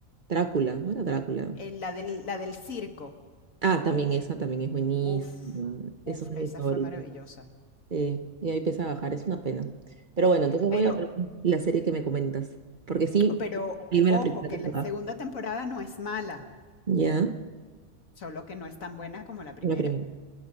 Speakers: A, on the right; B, on the left.
A: Drácula, ¿no era Drácula?
B: Eh, la del, la del circo,
A: Ah, también esa, también es buenísima.
B: uf, uf,
A: Es una de
B: esa
A: mis favoritas.
B: fue maravillosa.
A: Sí, y ahí empieza a bajar, es una pena. Pero bueno, entonces
B: Pero,
A: voy a ver la serie que me comentas, porque sí,
B: pero,
A: irme
B: ojo,
A: la primera
B: que
A: temporada.
B: la segunda temporada no es mala,
A: Ya,
B: solo que no es tan buena como la primera.
A: la primera.